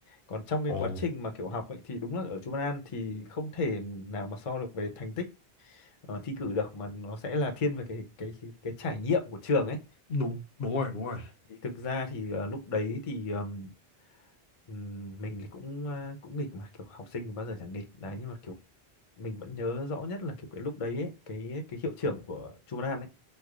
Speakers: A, on the left (about 40°); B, on the left (about 65°).
A: còn trong cái
B: ồ
A: quá trình mà kiểu học ấy thì đúng là ở Trung An thì không thể nào mà so được về thành tích ờ, thi cử được mà nó sẽ là thiên về cái cái cái, cái trải nghiệm của trường ấy
B: đúng đúng rồi đúng rồi
A: thì thực ra thì ờ, lúc đấy thì ờm, ừm, mình thì cũng ờ, cũng nghịch mà kiểu học sinh thì bao giờ chẳng nghịch đấy nhưng mà kiểu mình vẫn nhớ rõ nhất là kiểu cái lúc đấy ấy, cái cái hiệu trưởng của Trung An ấy